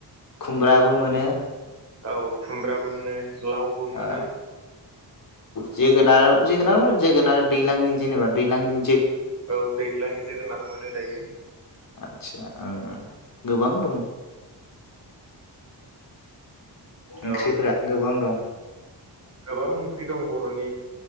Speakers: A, on the left; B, on the right.
A: खुमब्राबो मोनो
B: औ खुमब्राबो मोनो लावबो मोनो
A: औ जोगोनार जोगोनार जोगोनार दैलांनि जेनेबा दैलांनि
B: औ दैज्लांनि जोगोनारबो मोनो दायो।
A: आदसा ओं ओं गोबां दं।
B: औ
A: ओंख्रिफोरा गोबां दं।
B: गोबां ओंख्रि दं बर'नि